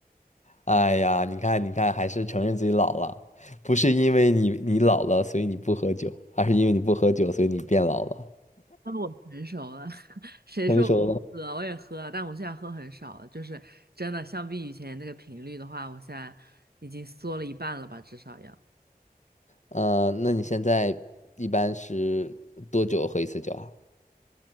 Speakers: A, on the left; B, on the right.
A: 哎呀，你看，你看，还是承认自己老了，不是因为你你老了，所以你不喝酒，而是因为你不喝酒，所以你变老了，
B: <laughs> 那我成熟了，<laughs> 谁说我不喝？
A: 成熟了。
B: 我也喝了，但我现在喝很少了，就是真的相比以前那个频率的话，我现在已经缩了一半了吧，至少要。
A: 呃，那你现在一般是多久喝一次酒啊？